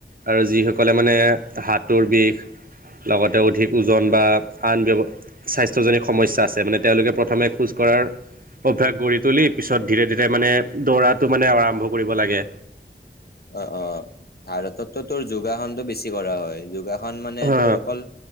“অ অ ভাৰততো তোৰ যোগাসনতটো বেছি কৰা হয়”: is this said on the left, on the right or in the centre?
Left